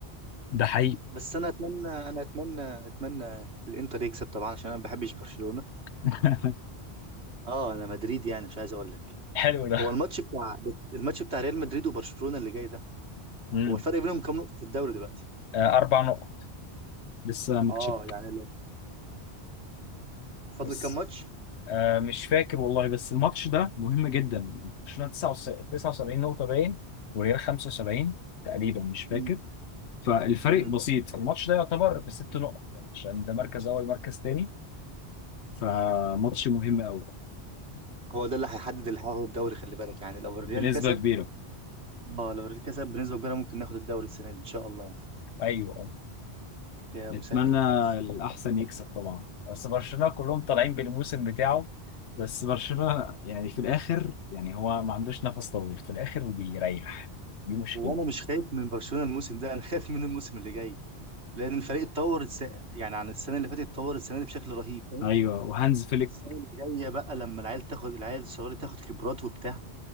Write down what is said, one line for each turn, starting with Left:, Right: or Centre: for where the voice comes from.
Left: ده حقيقي
Right: بس انا اتمنى انا اتمنى اتمنى الانتر يكسب طبعا عشان انا ما بحبش برشلونة
Left: <laughs>
Right: اه انا مدريد يعني مش عايز اقول لك
Left: حلو ده
Right: هو الماتش بتاع الماتش بتاع ريال مدريد وبرشلونة اللي جاي ده
Left: امم
Right: هو الفرق بينهم كام نقطة في الدوري دلوقتي
Left: آه اربع نقط لسه متشك
Right: اه يعني لو فاضل
Left: بس
Right: كام ماتش
Left: آه مش فاكر والله بس الماتش ده مهم جدا برشلونة 79 نقطة باين والريال 75 تقريبا مش فاكر
Right: امم
Left: فالفرق
Right: امم
Left: بسيط الماتش ده يعتبر بست نقط يعني عشان ده مركز اول مركز تاني فماتش مهم قوي
Right: هو ده اللي هيحدد اللي هياخد الدوري خلي بالك يعني لو الريال
Left: بنسبة
Right: كسب
Left: كبيرة
Right: اه لو الريال كسب بنسبه كبيره ممكن ناخد الدوري السنه دي ان شاء الله
Left: ايوه اه
Right: يعني يا
Left: نتمنى
Right: مسهل الحال
Left: الأحسن يكسب طبعا بس برشلونه كلهم طالعين بالموسم بتاعه بس برشلونه يعني في الاخر يعني هو ما عندوش نفس طويل في الاخر وبيريح دي مشكلته
Right: وانا مش خايف من برشلونه الموسم ده انا خايف من الموسم اللي جاي لان الفريق اتطور الس... يعني عن السنه اللي فاتت اتطور السنه دي بشكل رهيب فاهم
Left: أيوة وهانز فليك
Right: بس السنه اللي جايه بقى لما العيال تاخد العيال الصغيره تاخد خبرات وبتاع